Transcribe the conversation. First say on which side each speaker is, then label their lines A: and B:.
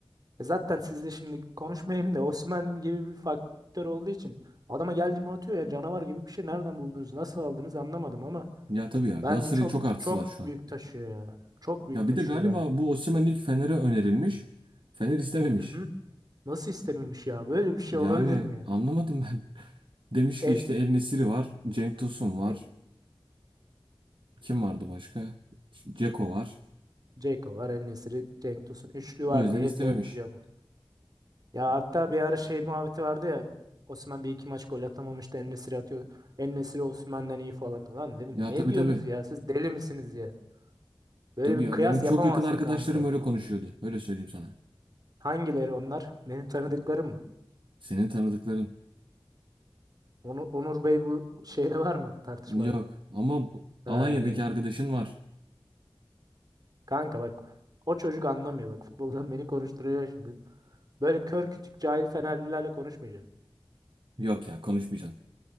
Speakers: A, on the right (about 45°); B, on the right (about 65°).
A: e zaten sizle şimdi konuşmayayım da Osimhen gibi bir faktör olduğu için adama geldi mi atıyor ya canavar gibi bir şey nereden buldunuz nasıl aldınız anlamadım ama
B: Ya tabii ya Galatasaray'ın
A: Bence çok
B: çok artısı
A: çok
B: var şu an.
A: büyük taşıyor ya. Çok büyük
B: Ya
A: taşıyor
B: bir de galiba
A: bence.
B: bu Osimhen ilk Fener'e önerilmiş. Fener istememiş.
A: Hı hı. Nasıl istememiş ya? Böyle bir şey
B: Yani
A: olabilir mi ya?
B: anlamadım ben. <laughs> Demiş
A: El,
B: ki işte El Nesiri var. Cenk Tosun var.
A: e,
B: Kim vardı başka? Ceko var.
A: Ceko var, En-Nesyri, Cenk Tosun. Üçlü
B: O
A: var
B: yüzden
A: diye
B: istememiş.
A: dördüncü alıyor. Ya hatta bir ara şey muhabbeti vardı ya. Osman bir iki maç gol atamamıştı. En-Nesyri atıyor. En-Nesyri Osman'dan iyi falan. Lan dedim
B: Ya
A: ne
B: tabii
A: diyorsunuz
B: tabii.
A: ya? Siz deli misiniz ya? Böyle
B: Tabii
A: bir kıyas
B: ya benim çok
A: yapamazsın
B: yakın arkadaşlarım
A: kanka.
B: öyle konuşuyordu. Öyle söyleyeyim sana.
A: Hangileri onlar? Benim tanıdıklarım mı?
B: Senin tanıdıkların.
A: Onu, Onur Bey bu şeyde var mı tartışmada?
B: Yok. Ama bu-
A: Ha
B: Alanya'daki
A: iyi.
B: arkadaşın var.
A: Kanka bak o çocuk anlamıyor bak futboldan beni konuşturuyor şimdi. Böyle kör kütük cahil Fenerlilerle konuşmayacaksın.
B: Yok ya konuşmayacaksın.